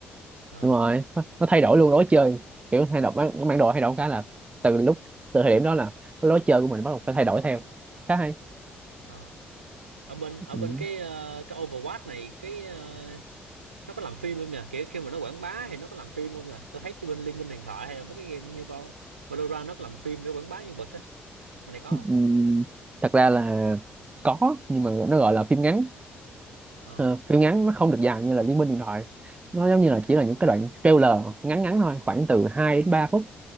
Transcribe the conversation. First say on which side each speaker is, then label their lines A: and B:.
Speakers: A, on the right; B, on the right.
A: Ờ,
B: đúng rồi nó, nó thay đổi luôn lối chơi kiểu thay đổi bản, bản đồ thay đổi cái là từ lúc từ thời điểm đó là cái lối chơi của mình bắt đầu phải thay đổi theo khá hay
A: ờ. ở bên
B: ừ.
A: ở bên cái ờ, cái Overwatch này cái ờ, nó có làm phim không nhỉ kiểu khi mà nó quảng bá thì nó có làm phim không nhỉ tôi thấy chứ bên Liên minh huyền thoại hay là mấy cái game như Val- Valorant nó có làm phim để quảng bá nhân vật á bên này có
B: Ừ.
A: không
B: thật ra là có nhưng mà nó gọi là phim ngắn
A: ờ
B: Ờ, phim ngắn nó không được dài như là Liên Minh Điện Thoại nó giống như là chỉ là những cái đoạn trailer ngắn ngắn thôi khoảng từ hai đến ba phút